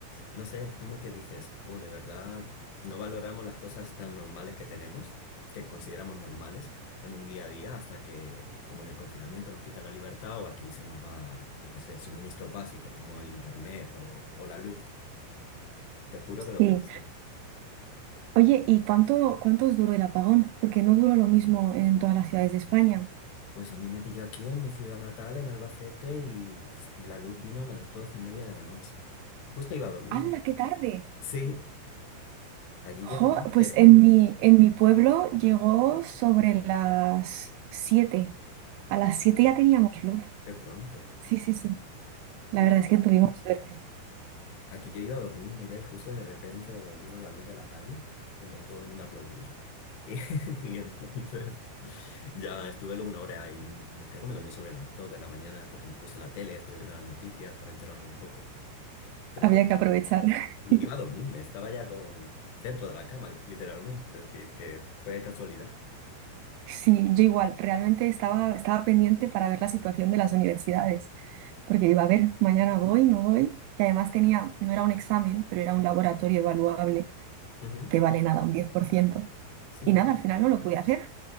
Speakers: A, on the left; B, on the right.
A: no sé, es como que dices, jo, de verdad, no valoramos las cosas tan normales que tenemos, que consideramos normales en un día a día hasta que, como en el confinamiento, nos quita la libertad o aquí se nos va, yo qué sé, suministros básicos como el internet o, o la luz. Te juro que lo
B: Sí.
A: pensé.
B: Oye, ¿y cuánto, cuánto os duró el apagón? Porque no duró lo mismo en todas las ciudades de España.
A: Pues a mí me pilló aquí en mi ciudad natal, en Albacete, y s- la luz vino a las doce y media de la noche. Justo iba a dormirme.
B: ¡Hala, qué tarde!
A: Sí, allí llego
B: Jo,
A: antes,
B: pues en
A: ¿no?
B: mi, en mi pueblo llegó sobre las 7. A las
A: Ah,
B: 7 ya teníamos luz.
A: qué pronto.
B: Sí, sí, sí. La
A: No.
B: verdad es que tuvimos suerte.
A: Aquí yo iba a dormirme ya y justo de repente vino la luz de la calle y empezó todo el mundo a aplaudir. <laughs> Y, y entonces ya estuve luego una hora y me, creo que me dormí sobre las 2 de la mañana porque me puse la tele, estuve viendo las noticias para enterarme un poco. Pero
B: Había
A: te-
B: que aprovechar. <laughs>
A: i- iba a dormirme, estaba ya con, dentro de la cama, literalmente. Es decir, que fue casualidad.
B: Sí, yo igual, realmente estaba, estaba pendiente para ver la situación de las universidades, porque digo, a ver, mañana voy, no voy, que además tenía, no era un examen, pero era un laboratorio evaluable,
A: Ujú.
B: que vale nada, un 10%.
A: Sí,
B: Y nada,
A: eh,
B: al final no lo pude hacer.